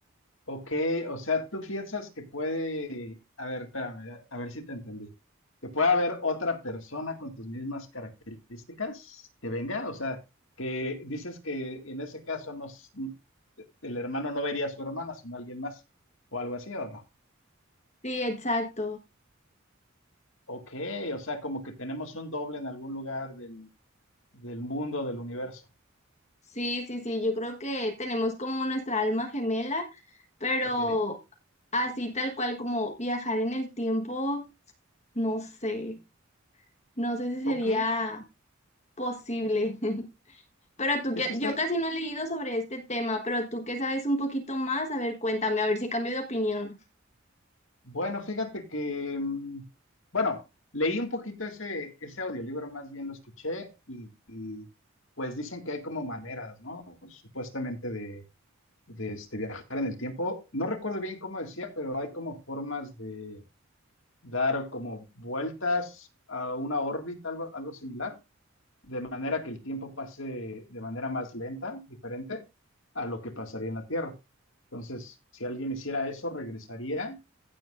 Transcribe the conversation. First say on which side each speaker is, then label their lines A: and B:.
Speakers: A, on the left; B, on the left.
A: Ok, o sea, tú piensas que puede, a ver, espérame, a ver si te entendí, que puede haber otra persona con tus mismas características que venga, o sea, que dices que en ese caso no, s- el hermano no vería a su hermana, sino a alguien más, o algo así, ¿o no?
B: Sí, exacto.
A: Ok, o sea, como que tenemos un doble en algún lugar del, del mundo, del universo.
B: Sí, sí, sí, yo creo que tenemos como nuestra alma gemela, pero
A: Ok,
B: así tal cual como viajar en el tiempo, no sé, no sé si
A: ok,
B: sería posible. <laughs> Pero tú
A: eso
B: que,
A: está
B: yo casi no he leído sobre este tema, pero tú que sabes un poquito más, a ver, cuéntame, a ver si cambio de opinión.
A: Bueno, fíjate que, mm, bueno, leí un poquito ese, ese audiolibro, más bien lo escuché y, y, pues dicen que hay como maneras, ¿no? Supuestamente de, de este, viajar en el tiempo. No recuerdo bien cómo decía, pero hay como formas de dar como vueltas a una órbita, algo, algo similar, de manera que el tiempo pase de manera más lenta, diferente a lo que pasaría en la Tierra. Entonces, si alguien hiciera eso, regresaría